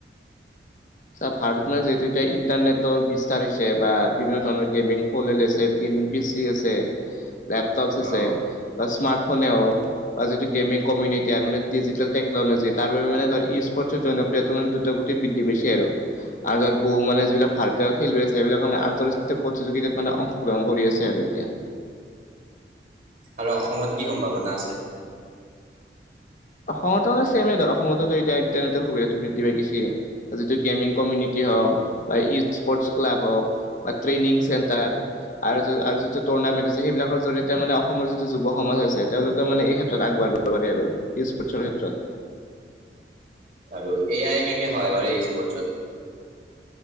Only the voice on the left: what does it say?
চা ভাৰতত না যিহেতু এতিয়া ইন্টাৰনেটৰ বিস্তাৰ হৈছে বা বিভিন্ন ধৰণৰ গেমিং ফন ওলাইছে। পিচি আছে, লেপটপচ আছে
বা স্মাৰ্ট ফোনে হওক। বা যিটো গেমিং কমিনিটিয়ে মানে ডিজিটেল টেকনলজি। তাৰ বাবে মানে ধৰ ই স্পৰ্টছৰ জনপ্ৰিয়টো মানে দূত গতিত বৃদ্ধি পাইছে আৰু। আৰু ধৰ বহু মানে যিবিলাক ভাৰতীয় খেলুৱৈ আছে এইবিলাক মানে আন্তঃৰাষ্ট্ৰীয় প্ৰতিযোগিতাত মানে অংশগ্ৰহণ কৰি আছে আৰু এতিয়া।
অসমতো মানে ছেমে ধৰ। অসমতো এতিয়া ইনটানেতৰ সুবিধাটো বৃদ্ধি পাই গৈছে। যিটো গেমিং কমিনিতি
হ বা ই স্পৰ্টচ ক্লাব হওক বা ট্ৰেইনিং চেণ্টাৰ আৰু যত আৰু যিটো টুৰ্নামেন্ট আছে সেইবিলাকৰ জৰিয়তে এতিয়া মানে অসমৰ যিটো যুৱ সমাজ হৈছে, তেওঁলোকে মানে এই ক্ষেত্ৰত আগবাঢ়িব পাৰি আৰু ই স্পৰটছৰ ক্ষেত্ৰত।